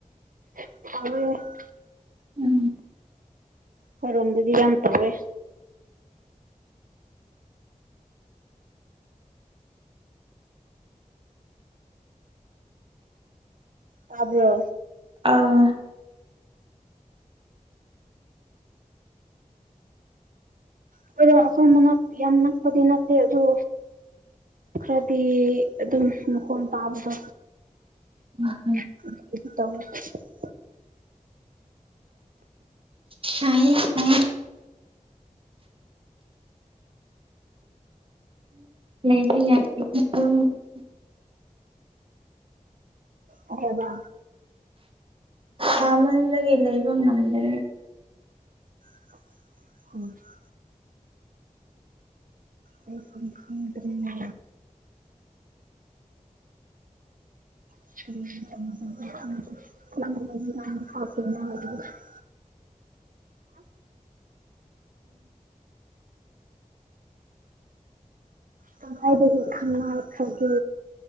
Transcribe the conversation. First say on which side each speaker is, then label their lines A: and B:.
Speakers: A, on the right; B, on the right.
A: <unintelligible>
B: ꯎꯝ
A: ꯑꯩꯈꯣꯏꯔꯣꯝꯗꯗꯤ ꯌꯥꯝ ꯇꯧꯋꯦ ꯇꯥꯕ꯭ꯔꯣ
B: ꯑꯪ
A: <unintelligible> ꯑꯩꯈꯣꯏ ꯃꯅꯥꯛ ꯌꯥꯝ ꯅꯛꯄꯗꯤ ꯅꯠꯇꯦ ꯑꯗꯨ ꯈꯔꯗꯤ ꯑꯗꯨꯝ ꯃꯈꯣꯟ ꯇꯥꯕꯗꯣ
B: <unintelligible>
A: <unintelligible>
B: ꯁꯥꯏꯍꯦ ꯁꯥꯏꯍꯦ <unintelligible>
A: ꯑꯍꯣꯏꯕ
B: ꯁꯥꯃꯟꯕꯒꯤ ꯂꯩꯕ ꯉꯝꯗ꯭ꯔꯦ
A: <unintelligible> ꯂꯩꯐꯝ ꯈꯪꯗ꯭ꯔꯦꯅꯦ
B: <inaudible>
A: <unintelligible> ꯀꯗꯥꯏꯗꯒꯤ ꯈꯪꯅꯈ꯭ꯔꯒꯦ